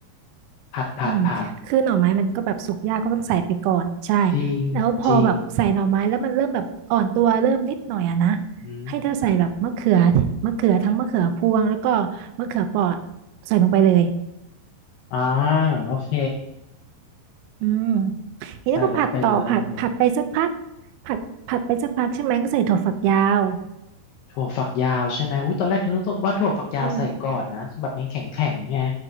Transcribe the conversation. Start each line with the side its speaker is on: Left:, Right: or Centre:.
Left: ผัดผัดผัด
Right: อืมคือหน่อไม้มันก็แบบสุกยากก็ต้องใส่ไปก่อนใช่
Left: จริงจริง
Right: แล้วพอแบบใส่หน่อไม้แล้วมันเริ่มแบบอ่อนตัวเริ่มนิดหน่อยอะนะ
Left: อืม
Right: ให้เธอใส่แบบมะเขือมะเขือทั้งมะเขือพวงแล้วก็มะเขือเปราะใส่ลงไปเลย
Left: อ่าโอเค
Right: อืมทีนี้ก็ผัดต่อผัดผัดไปสักพัก
Left: ใส่ลงไปเลย
Right: ผัดผัดไปสักพักใช่ไหมก็ใส่ถั่วฝักยาว
Left: ถั่วฝักยาวใช่ไหมอุ้ยตอนแรกนึกว่าถั่วฝักยาวใส่ก่อนนะแบบมันแข็งแข็งไง
Right: อืม